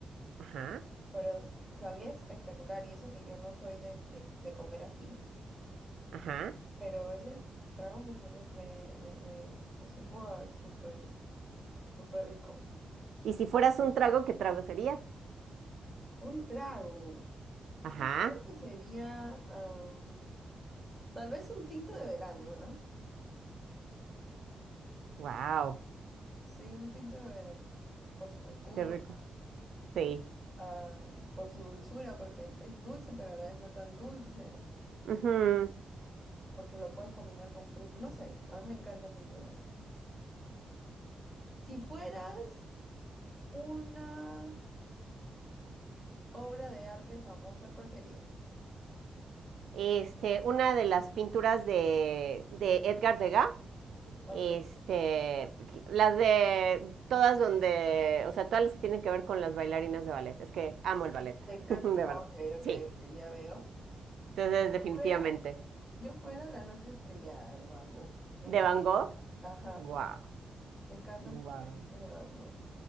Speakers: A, on the right (about 80°); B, in the centre.
A: ajá,
B: Pero sabía espectacular y eso que yo no soy de, de, de comer ají,
A: ajá.
B: pero ese trago me salió, me, me, me, me supo a súper, súper rico.
A: Y si fueras un trago, ¿qué trago serías?
B: Un trago. Yo
A: Ajá.
B: creo que sería, am, tal vez un tinto de verano, ¿ah?
A: wow,
B: Sí, un tinto de verano, por su frescura,
A: qué rico. Sí.
B: ah, por su dulzura, porque es dulce, pero a la vez no tan dulce,
A: ujú.
B: porque lo puedes combinar con fruta. No sé, a mí me encanta el tinto de verano. Si fueras una obra de arte famosa, ¿cuál serías?
A: Este, una de las pinturas de, de Edgar Degas.
B: Ok,
A: Este, las de todas donde, o sea, todas las que tienen que ver con las bailarinas de ballet. Es que amo el ballet,
B: te encanta.
A: <laughs> de verdad.
B: Ok, ok,
A: Sí,
B: ok, ya veo.
A: entonces definitivamente.
B: Fuera, yo fuera La Noche Estrellada de Van Gogh. Me encanta.
A: De Van Gogh,
B: Ajá,
A: wow,
B: me encantan sus
A: wow.
B: técnicas de Van Gogh.